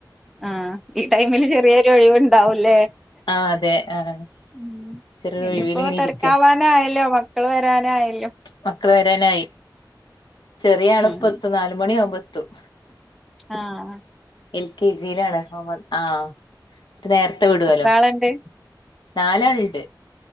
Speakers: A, in the centre; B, on the left (about 80°).
A: ആഹ് ഈ ടൈമില് ചെറിയൊരു ഒഴിവുണ്ടാവൂല്ലേ
B: ആഹ് അതെ ആഹ്
A: ഉം
B: ചെറിയൊരു
A: ഇനിയിപ്പോ
B: ഒഴിവില് ഇങ്ങനെ
A: തെരക്കാവാനായല്ലോ
B: ഇരിക്ക
A: മക്കള് വരാനായല്ലോ
B: മക്കള് വരാനായി ചെറിയ ആളിപ്പം
A: ഉം
B: എത്തും നാല് മണി ആവുമ്പ എത്തും
A: ആഹ് ആഹ്
B: എൽ കെ ജി യി ലാണ് മുഹമ്മദ് ആഹ് ന്നിട്ട് നേരത്തെ വിടുവല്ലോ
A: എത്ര ആളുണ്ട്
B: നാലാള്ണ്ട്